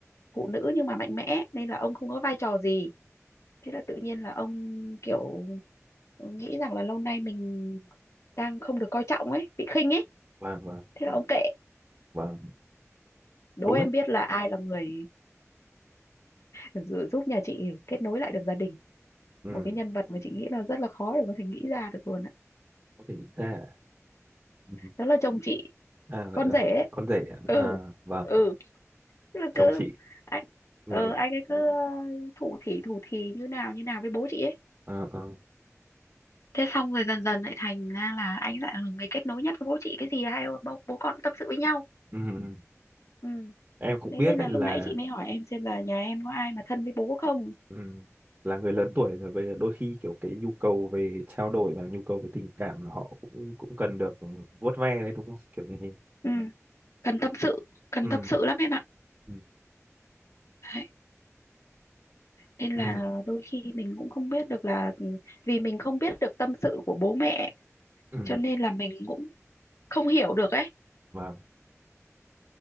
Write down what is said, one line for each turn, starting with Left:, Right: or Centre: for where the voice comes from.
Left: phụ nữ nhưng mà mạnh mẽ nên là ông không có vai trò gì thế là tự nhiên là ông kiểu nghĩ rằng là lâu nay mình đang không được coi trọng ấy bị khinh ấy
Right: vâng, vâng,
Left: thế là ông kệ
Right: vâng.
Left: đố
Right: Đúng
Left: em
Right: đấy.
Left: biết là ai là người dự- giúp nhà chị kết nối lại được gia đình
Right: Ừ,
Left: một cái nhân vật mà chị nghĩ là rất là khó để có thể nghĩ ra được luôn á
Right: có thể nghĩ ra. à? Ừ.
Left: đó là chồng chị
Right: À, lại
Left: con
Right: là
Left: rể ấy.
Right: con rể à?
Left: ừ
Right: À, vâng,
Left: ừ tức là
Right: chồng
Left: cứ
Right: chị
Left: anh
Right: người
Left: ờ anh ấy cứ ờ, thủ thỉ thủ thỉ như nào như nào với bố chị ấy
Right: ờ ờ.
Left: thế xong rồi dần dần lại thành ra là anh lại là người kết nối nhất với bố chị cái gì hai bố, bố con cũng tâm sự với nhau
Right: ừ. ừ. ừ.
Left: ừ
Right: Em cũng
Left: thế
Right: biết
Left: nên
Right: đấy
Left: là lúc
Right: là
Left: nãy chị mới hỏi em xem là nhà em có ai mà thân với bố không
Right: Ừ. Là người lớn tuổi rồi về đôi khi kiểu cái nhu cầu về trao đổi và nhu cầu về tình cảm là họ cũng cũng cần được vuốt ve đấy đúng không kiểu như thế
Left: ừ. cần tâm sự cần
Right: ừ
Left: tâm sự lắm em ạ
Right: ừ
Left: Đấy. nên
Right: ừ
Left: là đôi khi mình cũng không biết được là ừ, vì mình không biết được tâm sự của bố mẹ
Right: ừ
Left: cho nên là mình cũng không hiểu được ấy
Right: vâng